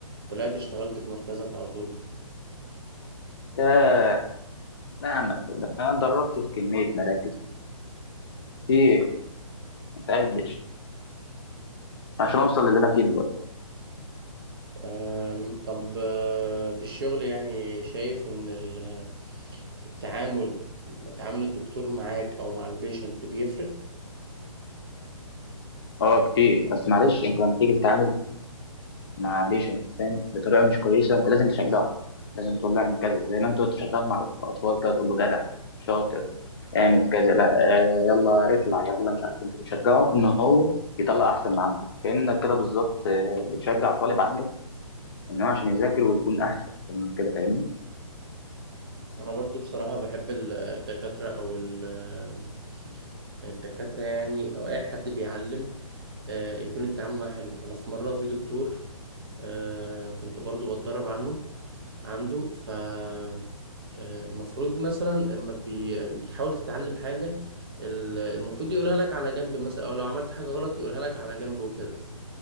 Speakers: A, on the right; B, on the left.
A: طلعت اشتغلت في مركزك على طول
B: ياه، نعم أنا اتدربت في كمية مراكز كتير متقدش عشان اوصل للي انا فيه دلوقتي
A: آم، طب آه، في الشغل يعني شايف ان ال- التعامل تعامل الدكتور معاك او مع البيشنت بيفرق
B: اه كتير بس معلش انت لما تيجي تتعامل مع ليجند فاهم بطريقه مش كويسه انت لازم تشجعه لازم تقول له اعمل كذا زي ما انت كنت شغال مع الاطفال كده تقول له جدع شاطر اعمل كذا لا آه يلا اطلع يلا مش عارف إيه. انت بتشجعه ان هو يطلع احسن ما عنده كانك كده بالظبط آه، بتشجع طالب عندك ان هو عشان يذاكر ويكون احسن من كده فاهمني
A: انا برضو بصراحة بحب الدكاترة او ال- الدكاترة يعني او اي حد بيعلم آه، يكون التعامل معاه حلو انا في مرة في دكتور آه، كنت برضو بتدرب عنه عنده ف آه، المفروض مثلا لما بي- بتحاول تتعلم حاجة ال- المفروض يقولها لك على جنب مثلا او لو عملت حاجة غلط يقولها لك على جنب وكده